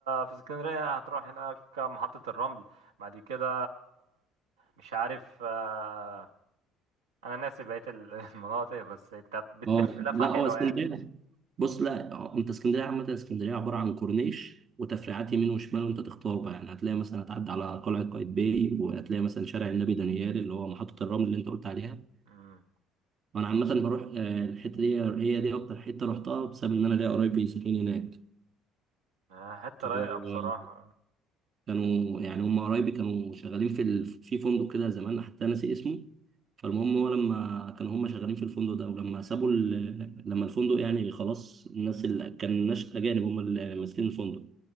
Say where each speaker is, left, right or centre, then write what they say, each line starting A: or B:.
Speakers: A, on the right; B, on the right.
A: في اسكندريه هتروح هناك محطه الرمل بعد كده مش عارف آه، انا ناسي بقيه ال- <laughs> المناطق بس انت بتلف
B: اه
A: لفه
B: لا
A: حلوه
B: هو اسكندريه
A: يعني
B: بص لا آه، انت اسكندريه عامه اسكندريه عباره عن كورنيش وتفريعات يمين وشمال وانت تختار بقى يعني هتلاقي مثلا هتعدي على قلعه قايتباي وهتلاقي مثلا شارع النبي دانيال اللي هو محطه الرمل اللي انت قلت عليها
A: مم.
B: وانا عامه بروح آه، الحته دي هي دي اكتر حته رحتها بسبب ان انا ليا قرايبي ساكنين هناك
A: آه، حته
B: كانوا
A: رايقه بصراحه
B: كانوا يعني هم قرايبي كانوا شغالين في ال... في فندق كده زمان حتى ناسي اسمه فالمهم هو لما كانوا هم شغالين في الفندق ده ولما سابوا ال... لما الفندق يعني خلاص الناس اللي كان ناس أجانب هم اللي ماسكين الفندق